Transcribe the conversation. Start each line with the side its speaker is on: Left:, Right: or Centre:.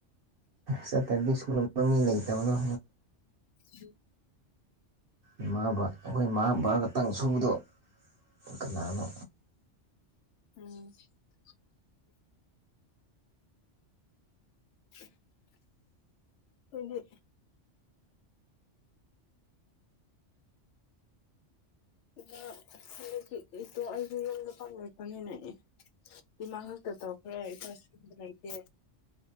Right: ꯆꯠꯇ꯭ꯔꯗꯤ ꯁ꯭ꯀꯨꯜ <unintelligible> ꯃꯤ ꯂꯩꯇꯕꯗꯣ
Left: <unintelligible>
Right: ꯏꯃꯥꯕꯥ ꯑꯩꯈꯣꯏ ꯃꯥ ꯚꯕꯥ ꯈꯛꯇꯪ ꯁꯨꯕꯗꯣ ꯀꯅꯥꯅꯣ
Left: ꯎꯝ <unintelligible> <unintelligible> ꯑꯩꯈꯣꯏꯗꯤ <unintelligible> ꯏꯇꯣ ꯑꯩꯁꯨ ꯌꯨꯝꯗ <unintelligible> ꯏꯃꯥ ꯉꯥꯛꯛꯇ ꯇꯧꯈ꯭ꯔꯦ ꯏꯄꯥꯁꯨ ꯂꯩꯇꯦ